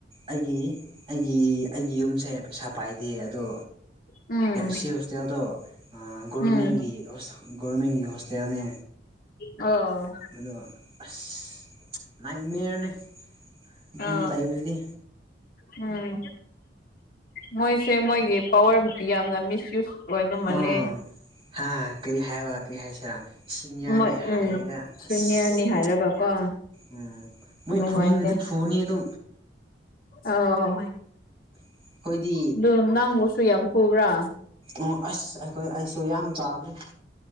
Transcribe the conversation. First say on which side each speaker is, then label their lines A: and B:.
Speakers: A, on the right; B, on the left.
A: ꯑꯩꯒꯤ ꯑꯩꯒꯤ ꯑꯩꯒꯤ ꯌꯨꯝꯁꯦ ꯄꯩꯁꯥ ꯄꯥꯏꯗꯦ ꯑꯗꯣ
B: ꯎꯝ
A: ꯁꯤ ꯍꯣꯁꯇꯦꯜꯗꯣ ꯒꯣꯔꯃꯦꯟꯒꯤ
B: ꯎꯝ
A: ꯒꯣꯔꯃꯦꯟꯒꯤ ꯍꯣꯁꯇꯦꯜꯅꯦ
B: ꯑ
A: ꯑꯗꯣ ꯑꯁ ꯅꯥꯏꯠꯃꯤꯌꯔꯅꯦ ꯑꯗꯨꯝ
B: ꯑ
A: ꯂꯩꯕꯗꯨꯗꯤ
B: ꯎꯝ ꯃꯣꯏꯁꯦ ꯃꯣꯏꯒꯤ ꯄꯋꯥꯔꯕꯨꯗꯤ ꯌꯥꯝꯅ ꯃꯤꯁ ꯌꯨꯁ ꯑꯣꯏꯕꯃꯜꯂꯤ
A: ꯑꯥ ꯍꯥ ꯀꯔꯤ ꯍꯥꯏꯔ ꯀꯔꯤ ꯍꯥꯏꯁꯤꯔꯥ ꯁꯤꯅꯤꯌꯔꯅꯤ
B: ꯃꯣꯏ
A: ꯍꯥꯏꯔꯒ
B: ꯎꯝ ꯁꯤꯅꯤꯌꯔꯅꯤ
A: ꯑꯁ
B: ꯍꯥꯏꯔꯒꯀꯣ
A: ꯎꯝ ꯃꯣꯏ
B: ꯅꯨꯡꯉꯥꯏꯇꯦ
A: ꯐꯣꯟ ꯐꯣꯟ ꯑꯗꯨꯣ
B: ꯑꯥꯎ
A: ꯑꯩꯈꯣꯏꯗꯤ
B: ꯑꯗꯨ ꯅꯪꯕꯨꯁꯨ ꯌꯥꯝ ꯐꯨꯕ꯭ꯔꯥ
A: ꯑꯣ ꯑꯁ ꯑꯩꯈꯣꯏ ꯑꯩꯁꯨ ꯌꯥꯝ ꯆꯥꯕꯅꯦ